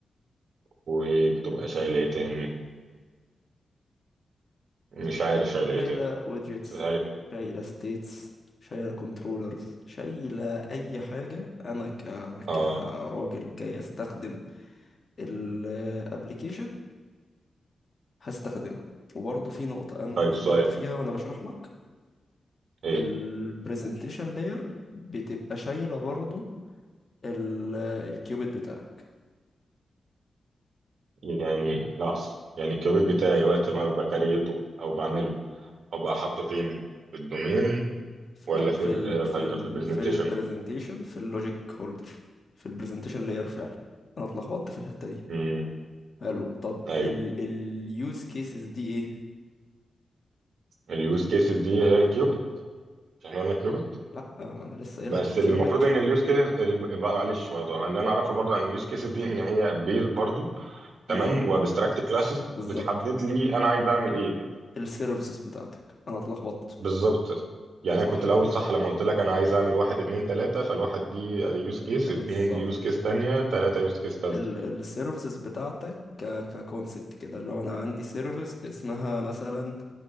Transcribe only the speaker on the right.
وبتبقى شايلة ايه تاني مش عارف شايلة
ايه تاني
سهلة كده
اه
طيب سؤال
ايه
يعني لحظة يعني الكيوبيت بتاعي
وقت ما بكريته او بعمله ابقى حاطه فين في الدومين
ولا
في
ال-
ولا
في البرزنتيشن
امم
ايوه
اليوز كيسز دي هي الكيوبت مش احنا قلنا كيوبت
بس
المفروض
ان
اليوز كيس ال- بقى معلش برضه اللي انا اعرفه برضه عن اليوز كيسز دي ان هي بيز برضه تمام
وابستراكت كلاسز
بتحدد لي انا عايز اعمل ايه
بالظبط يعني
انا كنت الاول
صح لما قلت لك انا عايز اعمل واحد اتنين تلاته فالواحد دي ادي يوز كيس
اتنين دي يوز كيس تانيه تلاته يوز كيس تالته